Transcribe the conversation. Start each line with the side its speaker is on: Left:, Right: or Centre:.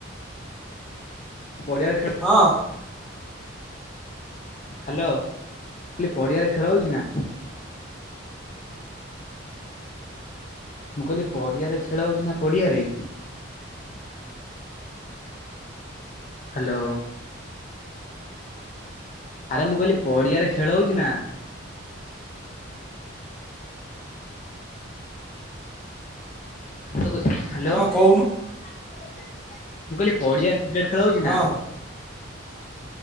Left: ପଡ଼ିଆରେ ଖେ
Centre: ହଁ।
Left: ହାଲୋ ଲି ପଡ଼ିଆରେ ଖେଳ ହୋଉଛି ନା? ମୁଁ କହିଲି ପଡ଼ିଆରେ ଖେଳ ହୋଉଚି ନା ପଡ଼ିଆରେ? ହାଲୋ। ଆରେ ମୁଁ କହିଲି ପଡ଼ିଆରେ ଖେଳ ହୋଉଚୀ ନା? ତୁ କ ହାଲୋ
Centre: ହଁ
Left: ମୁଁ
Centre: କହୁନୁ
Left: କହିଲି ପଡ଼ିଆରେ କ୍ରିକେଟ୍ ଖେଳ ହୋଉଛି
Centre: ହଁ
Left: ନା?